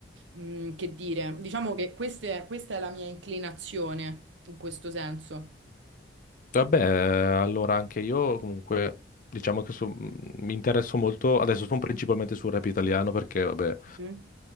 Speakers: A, on the right; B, on the left.
A: mm, che dire, diciamo che queste- questa è la mia inclinazione, in questo senso.
B: Vabbè, eh, allora anche io comunque diciamo che so- mh, mi interesso molto, adesso sono principalmente sul rap italiano perché vabbè,
A: Mhm.